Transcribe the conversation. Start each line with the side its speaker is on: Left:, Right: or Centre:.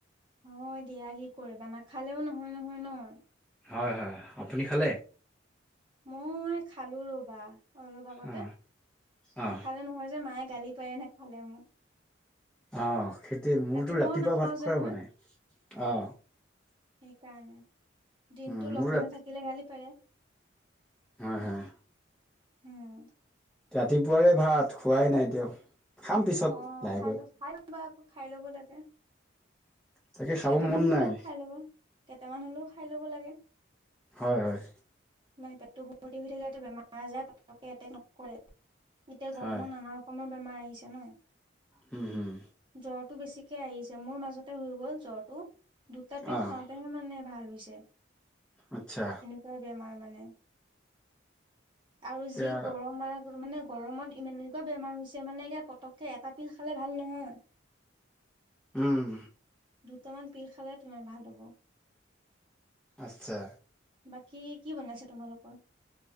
Right: হয় দিয়া কি কৰিবা নাখালেও নহয় নহয় ন
Centre: হয় হয় আপুনি খালে?
Right: মই খালো ৰবা অলপ আগতে
Centre: অ অ
Right: নাখালে নহয় যে মায়ে গালি পাৰে নেখালে মোক
Centre: অ সেইটোয়ে মোৰতো
Right: ৰাতিপুৱাও
Centre: ৰাতিপুৱা
Right: নাখাও
Centre: ভাত
Right: যে
Centre: খোৱাই
Right: মই
Centre: হোৱা নাই অ
Right: সেইকাৰণে দিনটো
Centre: উম,
Right: লঘোণে
Centre: মোৰ ৰাত
Right: থাকিলে গালি পাৰে
Centre: হয় হয়
Right: উম
Centre: ৰাতিপুৱাৰে ভাত খোৱাই নাই এতিয়াও। খাম পিছত
Right: অ
Centre: লাহেকৈ
Right: খাই লোৱা খাই লোৱা আকৌ খাই ল'ব লাগে।
Centre: তাকে খাব
Right: কেইটামান
Centre: মন
Right: হলেও
Centre: নাই
Right: খাই ল'বা কেইটামান হলেও খাই ল'ব লাগে।
Centre: হয় হয়
Right: মানে পেটটো ভৰ্তি হৈ থাকে, বেমাৰ আজাৰ পটকে এটেক নকৰে, এতিয়া
Centre: হয়।
Right: গৰমত নামাৰ কমৰ বেমাৰ আহিছে ন।
Centre: হম।
Right: জ্বৰটো বেছিকে আহিছে, মোৰ মাজতে হৈ গ'ল জ্বৰটো, দুটা পিল
Centre: অ'
Right: খা তেঁহে মানে ভাল হৈছে।
Centre: আচ্ছা।
Right: পোৰা বেমাৰ মানে, আৰু
Centre: এতিয়া
Right: যি গৰম ম মই মানে গৰমত ইমান এনেকুৱা বেমাৰ হৈছে মানে এ পটককে এটা পিল খালে ভাল নহয়।
Centre: উম।
Right: দুটামান পিল খালে তোমাৰ ভাল হ'ব।
Centre: আচ্ছা।
Right: বাকী কি বনাইছে তোমালোকৰ?